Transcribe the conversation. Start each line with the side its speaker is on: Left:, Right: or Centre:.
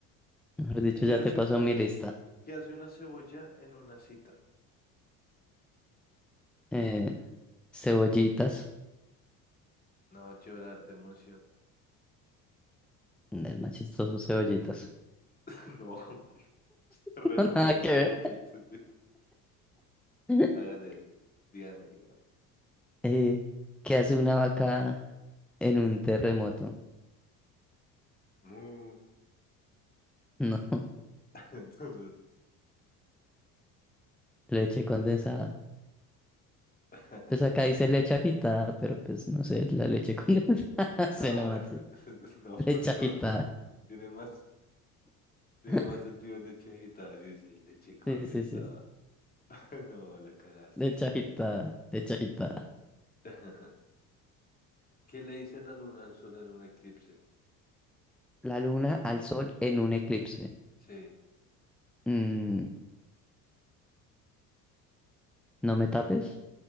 Centre: Mejor dicho,
Left: ¿Qué
Centre: ya
Left: hace
Centre: te pasó
Left: una,
Centre: mi
Left: ce-
Centre: lista.
Left: qué hace una cebolla en una cita?
Centre: Eh, cebollitas.
Left: No, llorar de emoción.
Centre: mm, Es más chistoso cebollitas.
Left: <laughs> No, <laughs> re
Centre: <laughs> Nada
Left: malo
Centre: que
Left: cebollitas.
Centre: ver. <laughs>
Left: Hágale, dígame, dígame.
Centre: Eh, ¿qué hace una vaca en un terremoto?
Left: Mu.
Centre: No, <laughs>
Left: <laughs> Entonces,
Centre: leche condensada.
Left: <laughs>
Centre: Pues acá dice leche agitada, pero pues no sé, la leche <laughs> condensada.
Left: no,
Centre: Se no manches.
Left: <laughs> no,
Centre: Leche
Left: porque
Centre: agitada.
Left: vos- <laughs> tiene más, tiene
Centre: <laughs>
Left: más sentido leche agitada. Yo decía leche condensada.
Centre: Sí, sí, sí. sí.
Left: <laughs> No, la cagaste
Centre: Leche
Left: ahí.
Centre: agitada, leche agitada.
Left: <laughs> ¿Qué le dice la luna al sol en un eclipse?
Centre: La luna al sol en un eclipse.
Left: Sí,
Centre: Mm, ¿no me tapes?